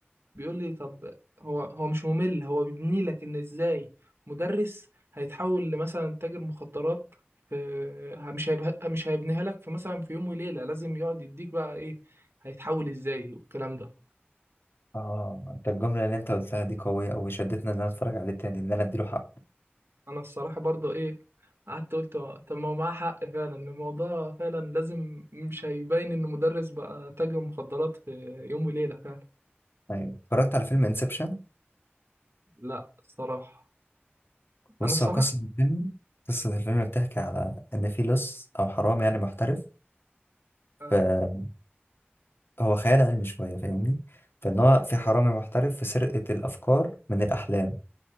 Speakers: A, on the right (about 80°); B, on the left (about 65°).
A: بيقول لي طب هو هو مش ممل هو بيبني لك ان ازاي مدرس هيتحول لمثلا تاجر مخدرات في مش هيبه... مش هيبنيها لك في مثلا في يوم وليلة لازم يقعد يديك بقى ايه هيتحول ازاي والكلام ده
B: اه انت الجمله اللي انت قلتها دي قويه قوي شدتني ان انا اتفرج عليه تاني ان انا اديله حق
A: انا الصراحة برضه ايه قعدت قلت طب ما هو معاه حق فعلا الموضوع فعلا لازم مش هيبين ان مدرس بقى تاجر مخدرات في يوم وليلة فعلا
B: ايوه اتفرجت على فيلم انسبشن
A: لا الصراحة
B: بص
A: انا الصراحة
B: هو قصه الفيلم قصه الفيلم بتحكي على ان في لص او حرامي يعني محترف
A: آه.
B: فهو <laughs> خيال علمي شويه فاهمني فان هو في حرامي محترف في سرقه الافكار من الاحلام